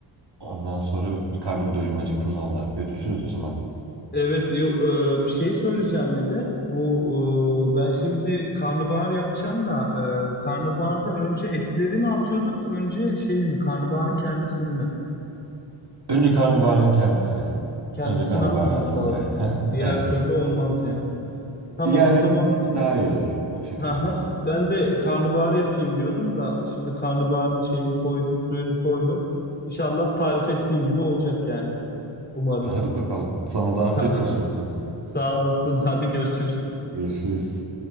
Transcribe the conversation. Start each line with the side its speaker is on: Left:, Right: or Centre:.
Right: ondan sonra bir karnımı doyurayım. Acıktım vallahi. Görüşürüz o zaman.
Left: Evet, yok e, bir şey söyleyeceğim bir de. Bu e, ben şimdi karnabahar yapacağım da e, karnabaharda önce etleri mi atıyorduk, önce şeyi mi? Karnabaharın kendisini mi?
Right: Önce karnabaharın kendisine.
Left: Kendisini
Right: Önce karnabaharı
Left: atmamız
Right: atsan
Left: lazım.
Right: daha iyi.
Left: Diğer
Right: <laughs> Evet.
Left: türlü olmaz yani. Tamam
Right: Yani
Left: o zaman
Right: daha iyi olur o şekilde
Left: ha
Right: yaparsan.
Left: ha ben de karnabahar yapayım diyordum da şimdi karnabaharın şeyini koydum, suyunu koydum. İnşallah tarif ettiğin gibi olacak yani. Umarım.
Right: Hadi bakalım. Sana
Left: <laughs>
Right: da afiyet
Left: Tamam.
Right: olsun o zaman.
Left: Sağ olasın. Hadi görüşürüz.
Right: Görüşürüz.